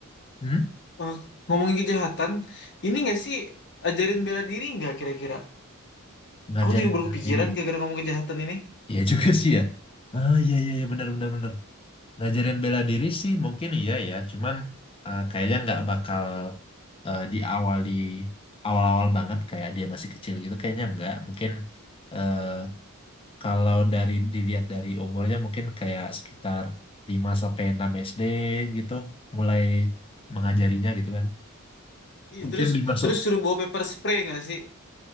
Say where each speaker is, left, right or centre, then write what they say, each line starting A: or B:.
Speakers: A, on the left; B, on the left.
A: hmm?
B: Eh, ngomongin kejahatan, ini nggak sih ajarin bela diri nggak kira-kira?
A: ngajarin
B: Aku jadi baru kepikiran
A: diri.
B: gara-gara ngomong kejahatan ini.
A: ya juga sih ya. Ah iya iya iya benar benar benar. Ngajarin bela diri sih mungkin iya ya, cuman eh, kayaknya nggak bakal eh, diawali awal-awal banget kayak dia masih kecil gitu, kayaknya nggak. Mungkin eh, kalau dari dilihat dari umurnya mungkin kayak sekitar 5 sampai 6 SD gitu, mulai mengajarinya gitu kan.
B: Iya,
A: Mungkin
B: terus
A: dimasuk.
B: terus suruh bawa paper spray nggak sih?